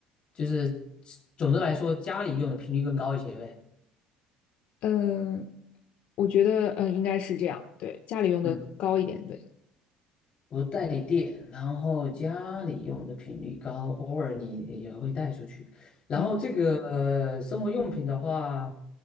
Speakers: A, on the left; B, on the left.
A: 就是总的来说，家里用的频率更高一些呗。
B: 嗯、我觉得呃应该是这样，对，家里用的高一点，
A: 嗯，
B: 对，
A: 不带电，然后家里用的频率高，偶尔你也会带出去。然后这个呃生活用品的话，
B: 嗯，